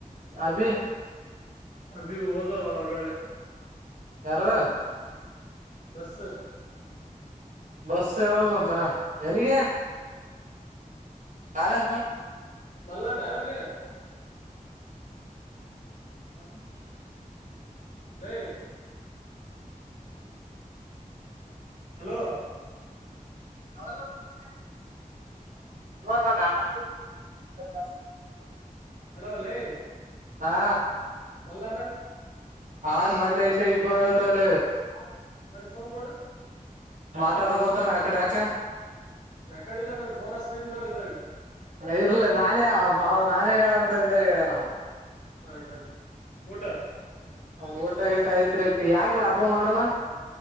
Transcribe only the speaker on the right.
ಅಭಿ
ಯಾರೋ
ಬಸ್ ಯಾವ್ದು ಬಂತ ಎಲ್ಲಿಗೆ ಕಾಲಿ
<unintelligible> <inaudible>
<inaudible> <inaudible>
ಹಾ
ಹನ್ ಮಲ್ಲ ಇಲ್ಲ <unintelligible>
ಮಾತಾಡಕತ ನವು ಎಕಡ ಯಾಕ
ಇರ್ಲ ನಾಳೆ <unintelligible> ನಾನೇ ಹೇಳ ಅಂತ ಎಂದ ಹೇಳಣ
ಹ ಊಟ ಊಟ ಐತ್ರಿ ಯಾಕ್ ಲಾಭ ಮಾಡಲ್ಲ